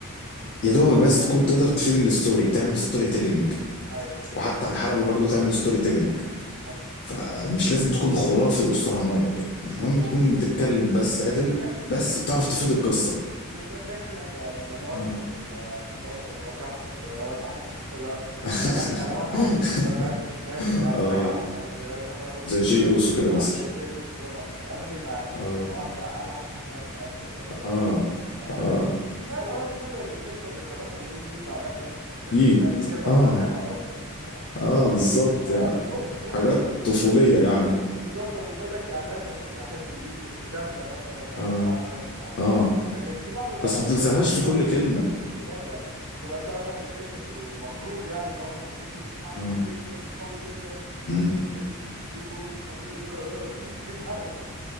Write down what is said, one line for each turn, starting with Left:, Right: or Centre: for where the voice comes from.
Left: يا دوبك بس تكون تقدر تفيد الستوري تعمل ستوري تيلينج
Right: ايوه
Left: وحتى على الحلبة برضو تعمل ستوري تيلينج
Right: ايوه
Left: فمش لازم تكون خرافي واسطة على المايك
Right: آه، بالظبط
Left: المهم تكون بتتكلم بس عدل
Right: يكفي انك
Left: بس بتعرف تفيد القصة
Right: بالظبط يكفي انك يعني لا مؤاخذة
Left: مم.
Right: في ال- في اللفظ وهتبقى شهطل كده لو تحس انت لو
Left: <laughs>
Right: كلامك كلامك عبيط اللي هو كلامك مش فارق يعني
Left: اه
Right: في حاجة على المايك زي مثلا ما انا قلت
Left: زي
Right: من
Left: جي
Right: شوية
Left: اوسو كده
Right: واحد
Left: مثلا
Right: زي جاي اوسو ده ما... عمري ما في
Left: اه
Right: كلمة واحدة قالها حسيت ان انا متأثر وهو بيقولها
Left: اه
Right: فيعني
Left: اه
Right: كفايه ان هو في كل كلمه بيخلصها بيقول يد بعدها فدي بتفقد
Left: ييت
Right: اي كلمه
Left: اه
Right: معناها اصلا <laughs> الصراحة.
Left: اه بالظبط
Right: يعني
Left: يعني
Right: بص بص
Left: حاجات
Right: مش
Left: طفولية يعني
Right: بالظبط انا مش هقول لك يعني ماشي انا ممكن احب اليد وفي الدخله مثلا بحبها
Left: اه
Right: ومش عارف
Left: اه
Right: ايه لكن في بعض الاوقات
Left: بس ما
Right: بحس
Left: تلزقهاش في كل
Right: لا
Left: كلمة
Right: بالظبط يعني تبقى انت مثلا في سيجمنت والمفروض يعني ان هو مثلا سيجمنت مؤثر
Left: اه
Right: جدا وقوي جدا وفي الاخر
Left: مم.
Right: تقول ثري ووردز مش عارف ايه آه، آه، آه، يد ايه الهبل ده؟